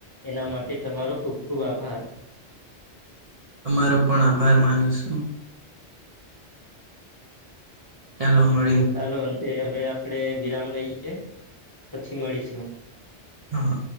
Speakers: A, on the left; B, on the right.
A: એના માટે તમારો ખુબ ખુબ આભાર.
B: અમારો પણ આભાર માનું છું. ત <unintelligible>
A: તો ચાલો અંતે હવે આપણેે વિરામ લઈએ, પછી મળીશું.
B: હા.